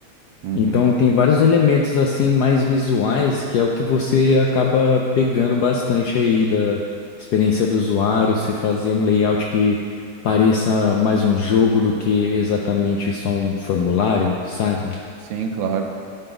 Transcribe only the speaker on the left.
Então tem vários elementos assim mais visuais que é o que você acaba pegando bastante aí da experiência do usuário, você fazer um layout que pareça mais um jogo do que exatamente só um formulário, sabe?